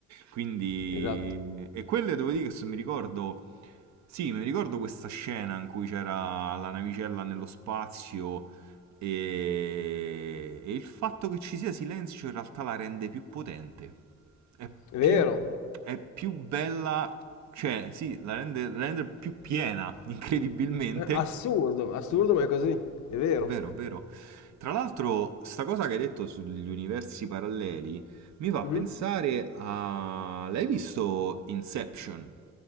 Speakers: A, on the right; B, on the left.
A: Quindi,
B: esatto.
A: e quelle devo dire che se mi ricordo, sì, mi ricordo questa scena in cui c'era la navicella nello spazio e, e il fatto che ci sia silenzio in realtà la rende più potente, è
B: È vero,
A: più, è più bella cioè, sì, la rende, la rende più piena, <laughs> incredibilmente.
B: Eh, assurdo, assurdo ma è così, è vero.
A: Vero, vero. Tra l'altro, sta cosa che hai detto sugli universi paralleli mi fa
B: Mhm.
A: pensare a... L'hai visto Inception?